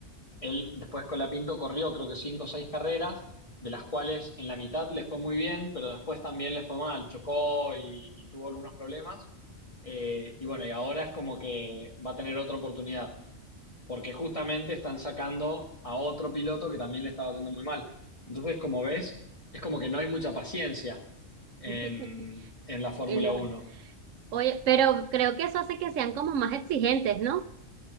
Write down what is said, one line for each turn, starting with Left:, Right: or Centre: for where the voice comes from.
Left: Él después con la Pinto corrió creo que cinco o seis carreras, de las cuales en la mitad le fue muy bien, pero después también le fue mal, chocó y, y tuvo algunos problemas. Eh, y bueno, y ahora es como que va a tener otra oportunidad, porque justamente están sacando a otro piloto que también le estaba haciendo muy mal. Entonces, como ves, es como que no hay mucha paciencia en,
Right: <laughs>
Left: en la Fórmula
Right: en la-
Left: Uno,
Right: Oye, pero creo que eso hace que sean como más exigentes, ¿no?